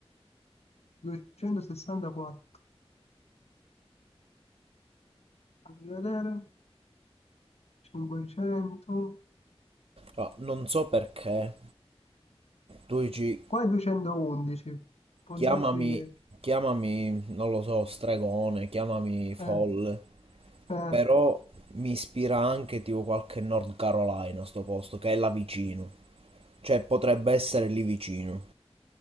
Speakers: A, on the left; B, on the right.
A: 264. Fammi vedere. 500.
B: Ah, non so perché. Luigi,
A: Qua è 211. Può
B: chiamami...
A: darsi che...
B: Chiamami, non lo so, stregone, chiamami folle.
A: eh, eh,
B: Però mi ispira anche tipo qualche North Carolina, sto posto, che è là vicino. Cioè, potrebbe essere lì vicino.